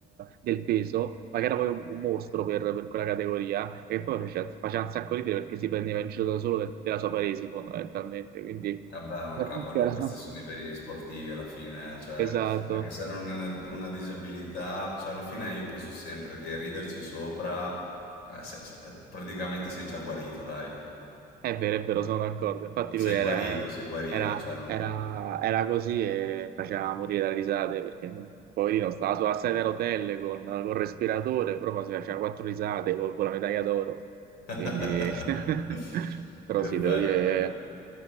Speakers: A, on the right; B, on the left.
A: del peso, ma che era poi un, un mostro per, per quella categoria, e poi faceva, faceva un sacco ridere perché si prendeva in giro da solo del- della sua paresi, fondamentalmente. Quindi,
B: Vabbè, ma
A: <laughs>
B: cavolo,
A: che era-
B: questi sono i veri sportivi alla fine, eh, cioè,
A: Esatto.
B: anche se non è una, una disabilità, cioè, alla fine io penso sempre che riderci sopra, eh, se- se- praticamente sei già guarito, dai.
A: È vero, è vero, sono d'accordo. Infatti lui
B: Sei
A: era,
B: guarito, sei guarito,
A: era-
B: cioè, non...
A: era- era così e faceva morire da risate perché poverino stava sulla sedia a rotelle con, col respiratore, proprio si faceva quattro risate con, con la medaglia d'oro.
B: <laughs>
A: Quindi, <laughs> però
B: Che
A: sì,
B: bello,
A: devo dire...
B: che...